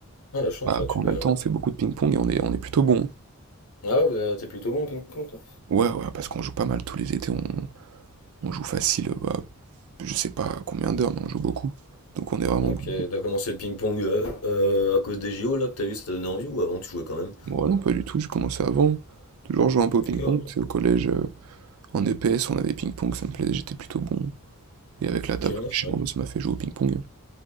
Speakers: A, on the left; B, on the right.
A: Ah, la chance,
B: bah,
A: ouais,
B: quand
A: tu peux.
B: on a le
A: hein.
B: temps, on fait beaucoup de ping-pong et on est, on est plutôt bon.
A: Ah ouais, vous, euh, t'es plutôt bon au ping-pong, toi?
B: Ouais, ouais, parce qu'on joue pas mal tous les étés, on, on joue facile, euh, bah, je sais pas combien d'heures, mais on joue beaucoup. Donc on est vraiment
A: Ok,
B: bon.
A: t'as commencé le ping-pong euh, euh, à cause des JO, là, que t'as vu, ça t'a donné envie, ou avant tu jouais quand même?
B: Bon, non, pas du tout, j'ai commencé avant. Toujours jouer un
A: Ok,
B: peu au ping-pong,
A: ouais.
B: c'est au collège, euh, en EPS, on avait ping-pong, ça me plaisait, j'étais plutôt bon. Et avec
A: Ok,
B: la table
A: ouais,
B: que j'ai,
A: ça
B: moi, ça m'a fait jouer au ping-pong.